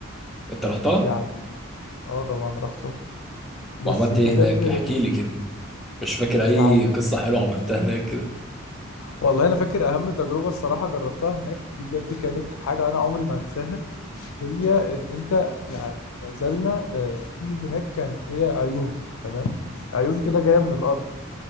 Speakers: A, in the centre; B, on the left.
A: أنت رحتها
B: يعني اه طبعا رحتها بس
A: وعملت
B: دي
A: إيه
B: بجد
A: هناك؟ احكي لي كده مش فاكر أي
B: يعني
A: قصة حلوة عملتها هناك كده
B: والله انا فاكر اهم تجربه الصراحه جربتها هناك دي بجد كانت حاجه انا عمري ما انساها هي ان انت يعني نزلنا آه، في هناك كان هي عيون تمام عيون كده جايه من الارض